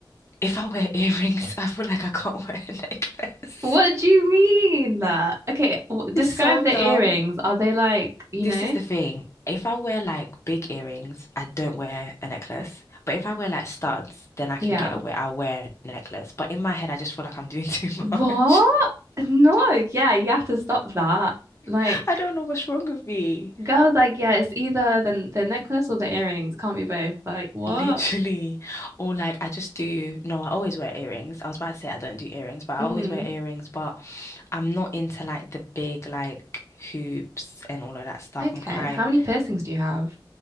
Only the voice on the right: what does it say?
What
do you mean that? Okay, w describe
the
earrings. Are they like, you
know?
Yeah.
What?
No, yeah, you have to stop that. Like
girls like, yeah, it's either the the necklace or the earrings. Can't be both. Like, what?
hmm
Okay.
How many piercings do you have?